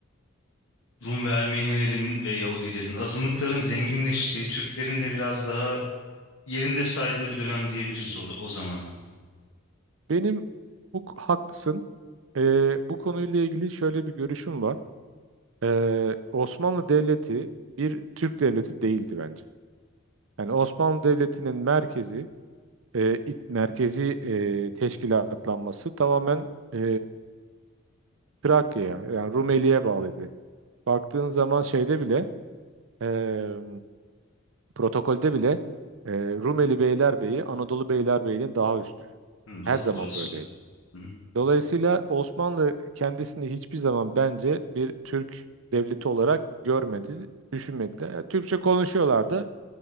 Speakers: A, on the left; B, on the right.
A: Rum ve Ermenilerin ve Yahudilerin, azınlıkların zenginleştiği, Türklerin de biraz daha yerinde saydığı bir dönem diyebiliriz o, o zamanı.
B: benim bu haklısın. Ee, bu konuyla ilgili şöyle bir görüşüm var. Ee, Osmanlı Devleti bir Türk devleti değildi bence. Yani Osmanlı Devleti'nin merkezi, e, it- merkezi e, teşkilatlanması tamamen e, Trakya yani Rumeli'ye bağlıydı. Baktığın zaman şeyde bile eee, protokolde bile eee, Rumeli Beylerbeyi Anadolu Beylerbeyi'nin daha üstü.
A: Hı, doğru,
B: Her zaman
A: orası
B: böyleydi.
A: öyle. Hı hı.
B: Dolayısıyla Osmanlı kendisini hiçbir zaman bence bir Türk devleti olarak görmedi, düşünmedi. E, Türkçe konuşuyorlardı.